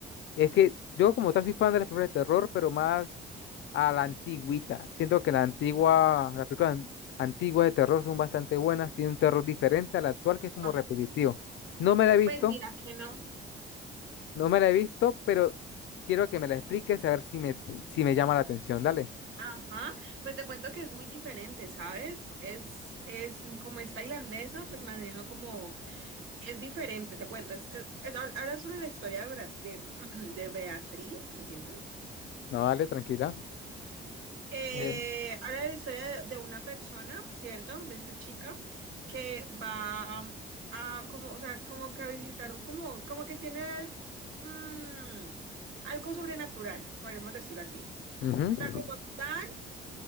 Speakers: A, on the left; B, on the right.
A: Es que yo como tal soy fan de las películas de terror, pero más a la antigüita. Siento que la antigua, las películas an- antiguas de terror son bastante buenas, tiene un terror diferente al actual que es como
B: ah,
A: repetitivo. No me la he visto,
B: pues mira que no.
A: no me la he visto, pero quiero que me la expliques a ver si me, si me llama la atención. Dale.
B: Ajá, pues te cuento que es muy diferente, ¿sabes? Es, es como es tailandesa, pues maneja como Es diferente, te cuento. Es, eh, es- ahora sobre la historia de, Bra- de, <clears throat> de Beatriz, lo siento.
A: No, dale, tranquila.
B: Eh,
A: Eh,
B: ahora la historia de, de una persona, ¿cierto? De esta chica que va a como, o sea, como que a visitar, como, como que tiene mm, algo sobrenatural, podemos decirlo así.
A: ujú,
B: O sea, como tal,